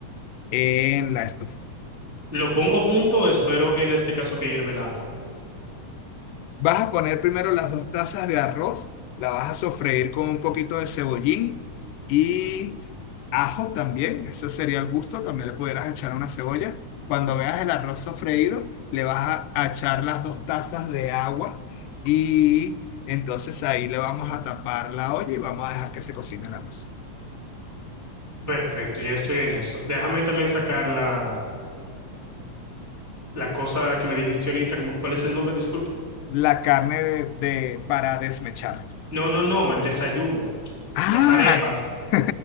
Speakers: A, on the left; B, in the centre.
A: en la estufa.
B: ¿Lo pongo junto? Espero que en este caso que hierve el agua.
A: Vas a poner primero las dos tazas de arroz, la vas a sofreír con un poquito de cebollín y ajo también, eso sería el gusto, también le pudieras echar una cebolla. Cuando veas el arroz sofreído, le vas a, a echar las dos tazas de agua y entonces ahí le vamos a tapar la olla y vamos a dejar que se cocine el arroz.
B: Perfecto, ya estoy en eso. Déjame también sacar la, la cosa que me dijiste ahorita, como, ¿cuál es el nombre? Disculpa.
A: La carne de, de- para desmechar.
B: No, no, no, el desayuno,
A: Ah,
B: las arepas,
A: <laughs>